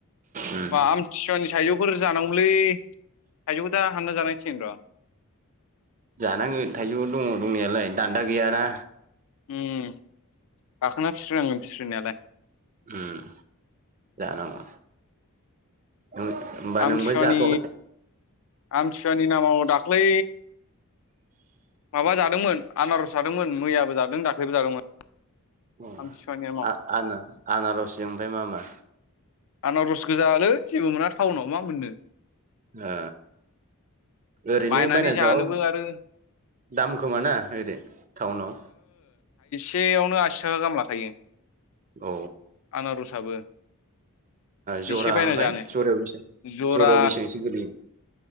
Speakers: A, on the right; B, on the left.
A: उम
B: बा आमथिसुवानि थाइजौ फोर जानांगौमोनलै थाइजौखौ दा हानना जानांसिगोन र'।
A: जानांगोन थाइजौ दङ दंनायालाय दान्दा गैयाना।
B: उ गाखोना फिस्रिनांगोन फिस्रिनायालाय
A: उम जानांगौ होमबा
B: आमथिसुवानि
A: नोंबो जाथ'वाखै
B: आमथिसुवानि नामाव दाख्लै माबा जादोंमोन आनारस जादोंमोन मैयाबो जादों दाख्लैबो जादोंमोन।
A: आ
B: आमथिसुवानि नामाव
A: आ आना आनारस ओमफ्राय मा मा
B: आनारस गोजा आरो जेबो मोना टाउनाव मा मोननो
A: ओ ओरैनो
B: बायनानै
A: बायना
B: जानोबो
A: जाबा
B: आरो
A: दाम खोमाना ओरै टाउनाव
B: सेयावनो आसि थाखा गाहाम लाखायो
A: औ
B: आनारसाबो बेसे
A: जरा
B: बायना
A: ओमफ्राय
B: जानो
A: जरायाव बेसेबां
B: जरा
A: जरायाव बेसेबांसो गोलैयो